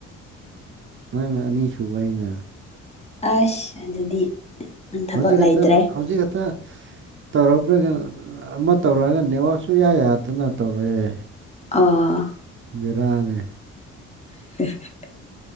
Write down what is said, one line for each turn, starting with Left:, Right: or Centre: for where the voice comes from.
Right: ꯅꯪꯅ ꯑꯅꯤꯁꯨꯕ ꯑꯩꯅ꯫
Left: ꯑꯁ ꯑꯗꯨꯗꯤ꯫ ꯅꯪ ꯊꯕꯛ
Right: ꯍꯧꯖꯤꯛ ꯈꯛꯇ
Left: ꯂꯩꯇ꯭ꯔꯦ
Right: ꯍꯧꯖꯤꯛ ꯍꯦꯛꯇ꯫ ꯇꯧꯔꯛꯄꯒ ꯑꯃ ꯇꯧꯔꯛꯑꯒ ꯅꯦꯋꯥꯛ ꯁꯨꯌꯥ ꯌꯥꯗꯅ ꯇꯧꯔꯛꯑꯦ꯫
Left: ꯑꯥ꯫
Right: ꯕꯦꯔꯅꯤ꯫
Left: <inaudible>